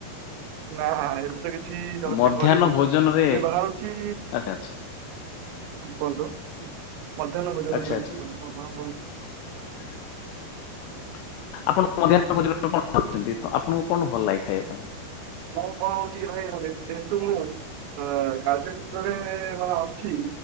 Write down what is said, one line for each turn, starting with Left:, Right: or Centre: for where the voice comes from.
Right: ନା ଏବେ ତ କିଛି ଜଳଖିଆ
Left: ମଧ୍ୟାହ୍ନ
Right: କରିନି,
Left: ଭୋଜନରେ
Right: ଏବେ ବାହାରୁଚି
Left: ଆଚ୍ଛା
Right: <inaudible>
Left: ଆଚ୍ଛା ଆଚ୍ଛା ଆଚ୍ଛା <inaudible> <inaudible>
Right: <inaudible> କାର୍ଯ୍ୟ କ୍ଷେତ୍ରରେ ହଁ ଅଛି।